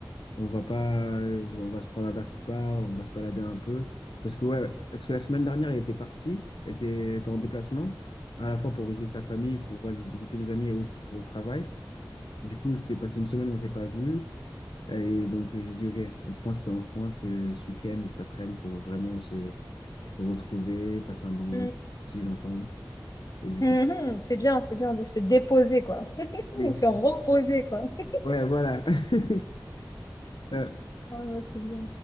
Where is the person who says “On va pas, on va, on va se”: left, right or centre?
Left